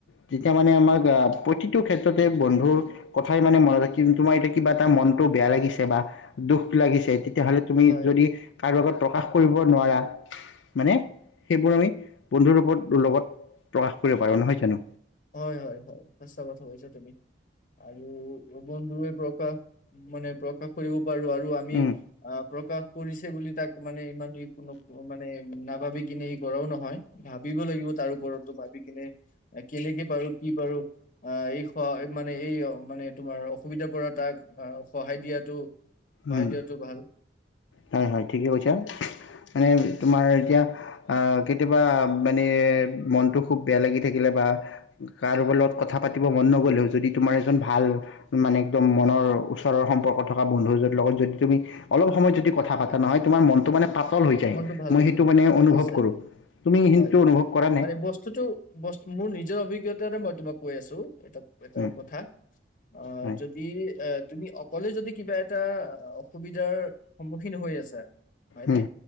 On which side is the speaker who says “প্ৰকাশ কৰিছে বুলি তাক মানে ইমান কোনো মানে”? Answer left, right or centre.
Left